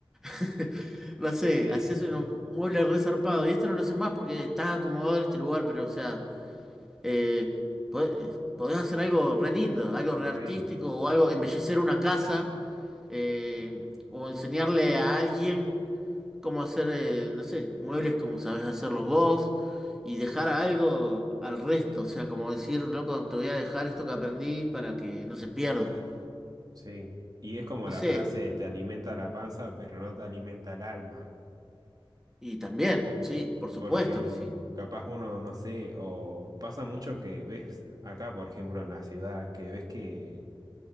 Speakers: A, in the centre; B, on the right (about 45°).
A: <laughs> No sé,
B: sí,
A: hacías un mueble re zarpado. Y esto no lo sé más porque estás acomodado en este lugar, pero o sea, eh, podés, podés hacer algo re lindo, algo re
B: sí.
A: artístico o algo, embellecer una casa eh, o enseñarle a alguien cómo hacer, eh, no sé, muebles como sabés hacerlos vos y dejar algo al resto. O sea, como decir, loco, te voy a dejar esto que aprendí para que no se pierda.
B: Sí, y es como
A: No
B: la
A: sé,
B: frase, te alimenta la panza, pero no te alimenta el alma,
A: y también, sí, por supuesto
B: porque
A: que sí.
B: capaz uno, no sé, o pasa mucho que ves acá, por ejemplo, en la ciudad, que ves que